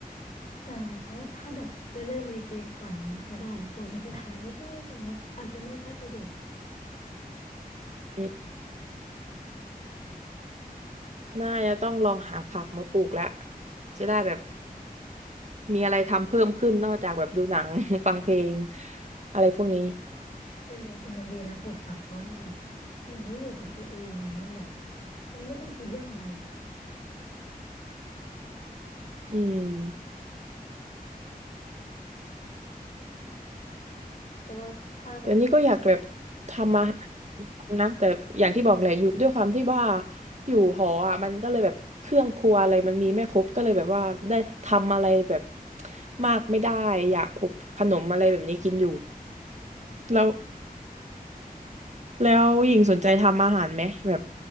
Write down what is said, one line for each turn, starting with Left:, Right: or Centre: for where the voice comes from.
Left: แต่แต่ว่าถ้าแบบจะเริ่มเล็กๆก่อนเนี้ยก็ได้ปลูกใส่กระถางเล็กๆอย่างเงี้ยอาจจะไม่ค่อยสะดวก
Right: อืมน่าจะต้องลองหาผักมาปลูกแล้วจะได้แบบมีอะไรทำเพิ่มขึ้นนอกจากแบบดูหนัง <laughs> ฟังเพลงอะไรพวกนี้
Left: เออแต่มันดีนะปลูกผักเขาอะมันแบบเหมันได้อยู่กับตัวเองอ่ะมันแบบมันไม่ต้องคิดเรื่องอะไร
Right: อืม
Left: เพราะว่าถ้าแบบ
Right: แต่นี่ก็อยากแบบทำมาหากินนะแต่อย่างที่บอกแหละอยู่ด้วยความที่ว่าอยู่หออ่ะมันก็เลยแบบเครื่องครัวอะไรมันมีไม่ครบก็เลยแบบว่าได้ทำอะไรแบบมากไม่ได้อยากอบขนมอะไรแบบนี้กินอยู่แล้วแล้วหญิงสนใจทำอาหารไหมแบบ